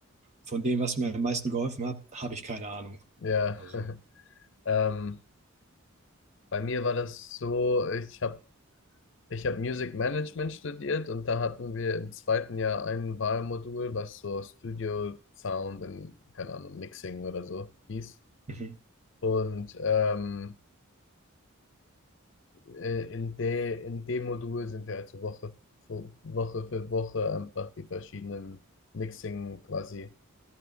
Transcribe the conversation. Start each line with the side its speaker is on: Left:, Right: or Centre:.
Right: Von dem, was mir am meisten geholfen hat, habe ich keine Ahnung.
Left: Ja.
Right: Also,
Left: <laughs> Ähm, bei mir war das so, ich habe ich hab Music Management studiert und da hatten wir im zweiten Jahr ein Wahlmodul, was so Studio Sound und, keine Ahnung, Mixing oder so hieß.
Right: <laughs> mhm,
Left: Und ähm, äh, in der, in dem Modul sind wir also Woche für Woche für Woche einfach die verschiedenen Mixing quasi